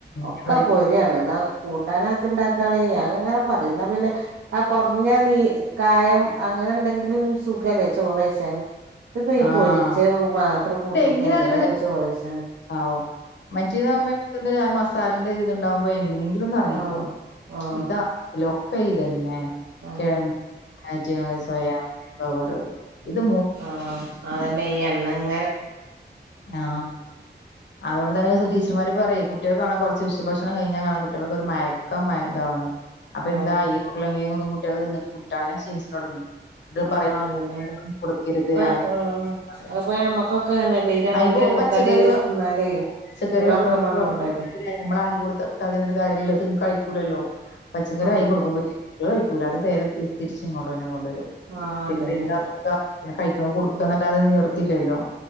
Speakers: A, on the right (about 80°); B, on the left (about 80°).
A: ഒക്കെ
B: ഞാൻ പറയും
A: പൊരിയാണ് എന്നാ കൂട്ടാനാക്കി ഉണ്ടാക്കാണേ അങ്ങനെ പറയുന്ന പിന്നെ ആ കുറഞ്ഞ നീ കായം അങ്ങനെ ഉണ്ടെങ്കിലും സുഖല്ലേ ചോറയിച്ചാനെ ഇതിപ്പ ഈ
B: ആഹ്
A: പൊരിച്ച മാത്രം കൂട്ടിയിട്ട്
B: ഇതെങ്ങനെയാന്നല്ലത്
A: എങ്ങനെയാണ് ചോറയിച്ചണെ
B: ആവോ മറ്റേതാവുമ്പം <unintelligible> മസാലിന്റെ ഇതുണ്ടാവുമ്പോ എങ്ങനെങ്കി ഇതിലൊന്നിറങ്ങിപ്പോം
A: ആഹ് ആഹ്
B: ഇതാ ലൊ ക്കെ ഇതന്നെ
A: അങ്ങനെ
B: കിഴങ്ങെ <unintelligible> സോയാബീൻ ഫ്ലവറ് ഇത്
A: ആ ആന്നേ ഈ എണ്ണങ്
B: ആ അതുകൊണ്ടേതന്നെ ടീച്ചർമാര് പറയും കുട്ടികൾക്കാണെ കുറച്ച് ഉച്ചഭക്ഷണം കഴിഞ്ഞാൽ കാണാം കുട്ടികൾക്കൊരു മയക്കം ഇതാവാണ് <unintelligible> അപ്പൊ
A: ആഹ്
B: എന്താഈ ഉള്ളെങ്കും കൊും കുട്ടികൊക്ക <unintelligible> തിന്നിട്ട കുട്ട്യോളു ശീലിച്ചു തൊടങ്ങും അത്
A: ആഹ്
B: പറയ
A: അതന്നെയാണ്
B: കൊടുക്കരുത്
A: ഇപ്പ
B: അങ്ങനെ
A: ആഹ്
B: പറയും
A: അപ്പൊ ഞമ്മക്കൊക്കെ
B: <unintelligible>
A: അങ്ങനല്ലേ രാവിലെ
B: പോല
A: എണ്ണക്കടി
B: പച്ചക്കറിെ
A: തിന്നാലേ
B: പച്ചക്കറി
A: ഒരു
B: വെക്ക
A: ഒറക്കം വന്നോണ്ടല്ലേ
B: നമ്മൾ ആക്കി കൊടുത്ത ക്കത്തിനാത്തെ കാര്യമില്ല അതങ്ങേ കയിക്ക് ലാലോ പച്ചക്കറിയായി
A: ആഹ്
B: കൊടുക്കാൻ പറ്റില്ലാലോ തീരെ കയ്യ്കുല അത് നേരെ തിരിച് ഇങ്ങോട്ട് തന്നെ കൊണ്ടുവരും
A: ആഹ് അതന്നെയാണ്
B: പിന്നപ്പ എന്താക്ക കഴിക്കൻ കൊടുക്കുക എന്നല്ലാതെ വേറെ നിർത്തിയില്ലല്ലോ